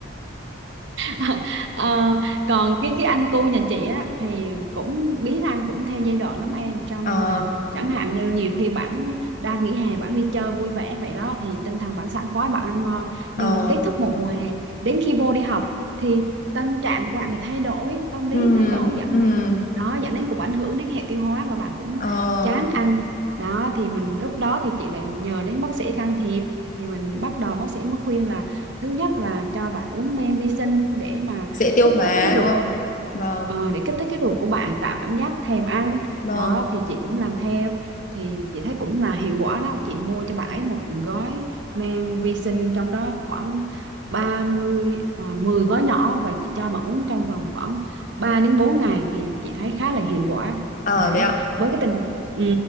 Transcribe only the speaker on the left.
Ờ,
ờ,
ừm,
ừm,
ờ,
dễ tiêu
hóa
đúng
không?
Vâng,
vâng,
ờ,
đấy ạ.